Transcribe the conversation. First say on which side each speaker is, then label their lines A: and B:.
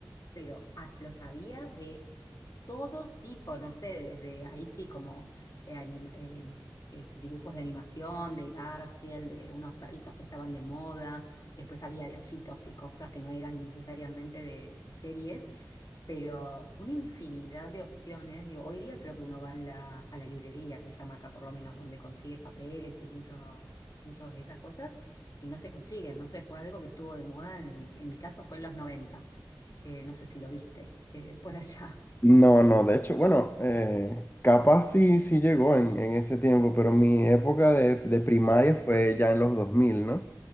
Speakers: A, on the left; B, on the left.
A: pero a- los había de todo tipo, no sé, desde ahí sí como eh, anim- eh, eh, dibujos de animación, de Garfield, de unos perritos que estaban de moda, después había de ositos y cosas que no eran necesariamente de, de series, pero una infinidad de opciones. Digo, hoy día creo que uno va a la, a la librería, se llama acá por lo menos, donde consigue papeles y mucho, muchas de esas cosas. Y no se consiguen, no sé, fue algo que estuvo de moda, en, en mi caso fue en los noventa Eh, no sé si lo viste eh, por allá.
B: No, no, de hecho, bueno, eh, capaz sí, sí llegó en, en ese tiempo, pero mi época de, de primaria fue ya en los 2000, ¿no?